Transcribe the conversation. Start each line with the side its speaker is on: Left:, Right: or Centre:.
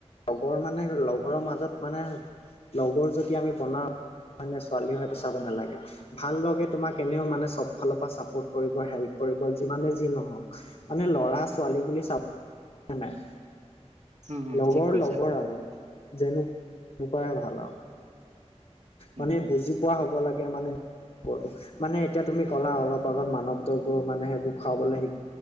Left: লগৰ মানে লগৰৰ মাজত মানে লগৰ যদি আমি বনাওঁ ল'ৰা নে ছোৱালী হয় তই চাব নেলাগে। ভাল লগে তোমাক এনেও মানে চব ফালৰ পৰা চাপৰ্ট কৰিব হেল্প কৰিব যিমানে যি নহওঁক। মানে ল'ৰা ছোৱালী বুলি চা বলৈ নাই,
Right: হুম, হুম,
Left: লগৰ
Right: ঠিক কৈছা।
Left: লগৰ আৰু যেনেকুৱাই ভাল আৰু।
Right: উম,
Left: মানে বুজি পোৱা হ'ব লাগে মানে লগৰটো। মানে এতিয়া তুমি ক'লা অলপ আগত মাদকদ্ৰব্য মানে সেইবোৰ খুৱাবলৈ শিকি